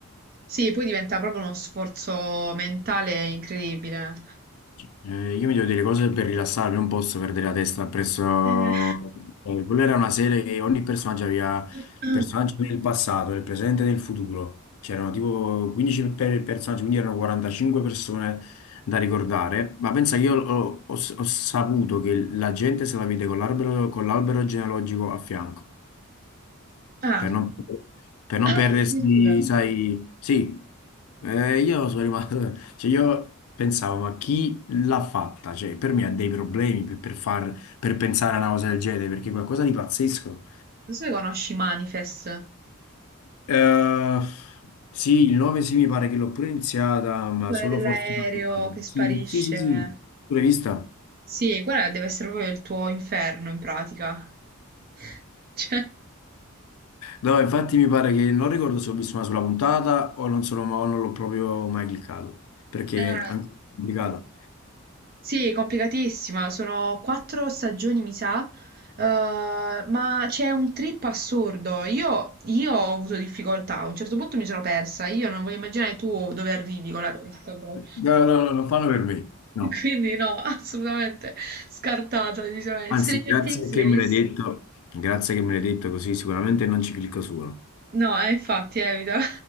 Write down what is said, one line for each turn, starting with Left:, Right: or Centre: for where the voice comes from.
Right: Sì, poi diventa proprio uno sforzo mentale incredibile.
Left: Eh, io mi devo dire cose per rilassarmi, non posso perdere la testa presso...
Right: Eh.
Left: eh, quella era una serie che ogni personaggio aveva
Right: <coughs>
Left: personaggio
Right: <clears throat>
Left: del passato, del presente e del futuro. C'erano tipo 15 per personaggi, quindi erano 45 persone da ricordare. Ma pensa che io ho, ho- ho saputo che la gente se la vede con l'albero con l'albero genealogico a fianco
Right: Ah,
Left: per non, per non
Right: <clears throat>
Left: perdersi,
Right: addirittura. Non
Left: sai, sì, Eh, io sono rimasto, <laughs> cioè io pensavo, ma chi l'ha fatta? Cioè, per me ha dei problemi per, per far, per pensare a una cosa del genere, perché è qualcosa di pazzesco.
Right: so se conosci Manifest,
Left: Eh, sì, il 9 sì, mi pare che l'ho pure iniziata, ma
Right: quella
Left: solo
Right: dell'aereo
Left: forse una puntata.
Right: che sparisce.
Left: Sì, sì, sì, sì, pure vista.
Right: Sì, quella deve essere proprio il tuo inferno in pratica. <laughs> Cioè...
Left: No, infatti mi pare che non ricordo se ho visto una sola puntata o non, sono, o non l'ho proprio mai cliccato, perché
Right: Eh,
Left: è anche complicato.
Right: mm. Sì, complicatissima, sono quattro stagioni, mi sa, eh, ma c'è un trip assurdo. Io, io ho avuto difficoltà, a un certo punto mi sono persa, io non voglio immaginare tu dove arrivi con la tua testa proprio.
Left: No, no, no, non fanno per me, no.
Right: <laughs> Quindi no, assolutamente scartata, decisamente.
Left: Anzi,
Right: Stranger
Left: grazie
Right: Things
Left: che
Right: l'hai
Left: me
Right: vista?
Left: l'hai detto, grazie che me l'hai detto così sicuramente non ci clicco solo.
Right: No, eh, infatti, evita.